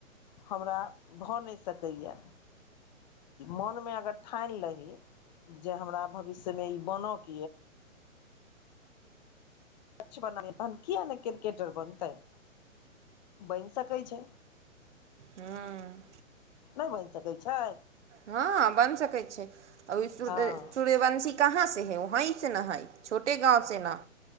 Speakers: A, on the left; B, on the right.
A: हमरा भऽ नै सकैया मन मे अगर ठानि लही जे हमरा भविष्य मे ई बन के किछ तहन कीया ने क्रिकटर बनताय बनि सकै छैय
B: हुँ
A: नै बनि सकै छाय
B: हाँ बन सकै छैय आ सू्य
A: हँ
B: सूर्यवंशी कहाँ से है वही से न हइ छोटे गाँंव से न